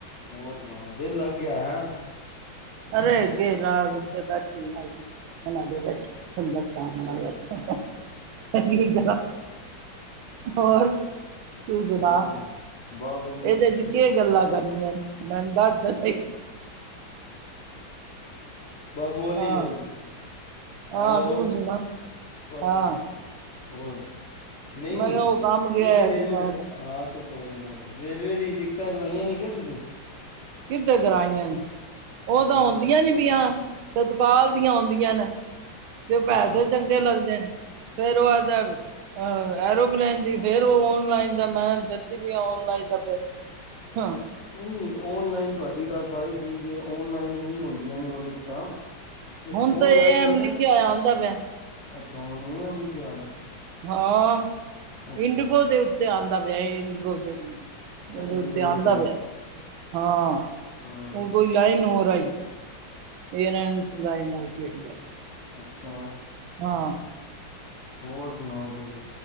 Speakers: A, on the left; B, on the right.
A: ਹੋਰ ਸੁਣਾਓ, ਦਿਲ ਲੱਗ ਗਿਆ ਹੈ।
B: ਅਰੇ ਬੈਠੀ ਉਹਨਾਂ ਦੇ ਵਿੱਚ <unintelligible> ਟਾਈਮ ਨਾਲ
A: ਚਲੋ ਠੀਕ
B: ਕਿ
A: ਹੈ
B: ਕਰਾ ਹੋਰ ਤੂੰ ਸੁਣਾ?
A: ਹੋਰ ਸੁਣਾਓ ਬਸ ਵਧੀਆ
B: ਇਹਦੇ ਵਿੱਚ ਕੀ ਗੱਲਾਂ ਕਰਨੀਆਂ ਨੇ ਮੈਨੂੰ ਦੱਸ। ਤਾਂ
A: <inaudible>
B: ਸਹੀ
A: ਬਾਬਾ ਬੋਲੀ
B: ਹਾਂ
A: ਜਾਓ ਜੀ ਤੁਸੀਂ
B: ਹਾਂ
A: ਹੈਲੋ,
B: ਤੂੰ ਸੁਣਾ
A: ਹੋਰ
B: ਹਾਂ
A: ਨਹੀਂ
B: ਮੈਂ ਕਿਹਾ ਉਹ ਕੰਮ ਗਿਆ
A: ਨਹੀਂ
B: ਹੋਇਆ
A: ਰੇਲਵੇ
B: ਸੀ ਮੈਂ ਤਾਂ,
A: ਹਾਂ। ਰੇਲਵੇ ਦੀ ਟਿਕਟਾਂ ਕਰਵਾਈਆਂ ਨਹੀਂ ਕੇ ਤੁਸੀਂ
B: ਕਿਧੇ ਕਰਾਈਆਂ ਨੇ ਉਹ
A: ਅੱਛਾ
B: ਤਾਂ ਆਉਂਦੀਆਂ ਨੀ ਪਈਆਂ। ਤਤਕਾਲ ਦੀਆਂ ਆਉਂਦੀਆਂ ਨੇ, ਤੇ ਪੈਸੇ
A: ਅੱਛਾ
B: ਚੰਗੇ ਲੱਗਦੇ ਨੇ ਫੇਰ ਉਹ <inaudible> ਐਰੋਪਲੇਨ ਦੀ ਫੇਰ ਉਹ ਓਨਲਾਈਨ ਦਾ ਮੈਂ <unintelligible> ਔਨਲਾਈਨ ਦਾ ਫਿਰ ਹਾਂ,
A: ਨਹੀਂ ਆਨਲਾਈਨ ਤੁਹਾਡੀ ਗੱਲ ਸਾਰੀ ਠੀਕ ਹੈ। ਆਨਲਾਈਨ ਹੀ ਹੁੰਦੀਆਂ ਨੇ ਉਹ ਟਿਕਟਾਂ। ਤੇ
B: ਹੁਣ
A: ਓਨਲਾਈਨ
B: ਤਾਂ ਇਹ ਐਂਮ
A: ਹੀ ਨਾ
B: ਲਿਖਿਆ ਹੋਈਆਂ ਆਉਂਦਾ ਪਿਆ।
A: ਅੱਛਾ ਹੁਣ ਏ ਐੱਮ ਲਿਖਿਆ ਆ ਰਿਹਾ।
B: ਹਾਂ
A: ਅੱਛਾ।
B: ਇੰਡਗੋ ਦੇ ਉੱਤੇ ਆਉਂਦਾ ਪਿਆ ਇੰਡਕੋ,
A: ਅੱਛਾ
B: ਉਹਦੇ
A: ਇੰਡੀਗੋ
B: ਉੱਤੇ
A: ਏਅਰਲਾਈਨ
B: ਆਉਂਦਾ ਪਿਆ ਹਾਂ
A: ਹੂੰ
B: ਹੁਣ ਕੋਈ ਲਾਈਨ ਹੋਰ ਈ ਏਰਨਸ ਲਾਈਨਈਟ ਕਿਹੜੀ ਏ?
A: ਅੱਛਾ,
B: ਹਾਂ,
A: ਹੋਰ ਸੁਣਾਓ ਤੁਸੀਂ?